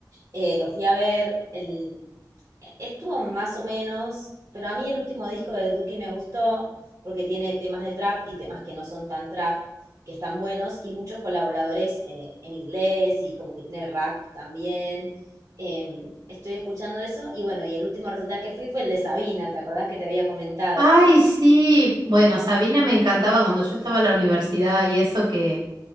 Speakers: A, on the right; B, on the right.
A: Eh, lo fui a ver, el- e-, estuvo más o menos, pero a mí el último disco de Duki me gustó porque tiene temas de trap y temas que no son tan trap, que están buenos y muchos colaboradores eh, en inglés y como que tiene rap también. Em, estoy escuchando eso y bueno, y el último recital que fui fue el de Sabina, ¿te acordás que te había comentado?
B: Ay, sí. Bueno, Sabina me encantaba cuando yo estaba en la universidad y eso que,